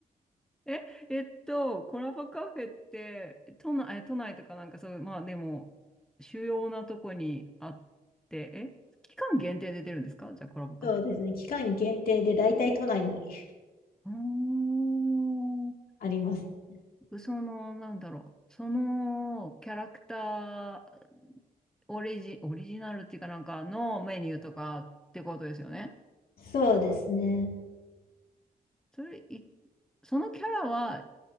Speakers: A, in the centre; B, on the left.
A: え、えっと、コラボカフェって、都内、え都内とかなんかそういう、まあでも、主要なとこにあって、え、期間限定で出るんですかじゃあコラボカフェ。
B: そうですね。期間限定で大体都内に
A: あー
B: <laughs> あります。
A: え、その、なんだろう、そのキャラクター、オリジ、オリジナルっていうかなんかのメニューとかってことですよね。
B: そうですね。
A: それ、いそのキャラは、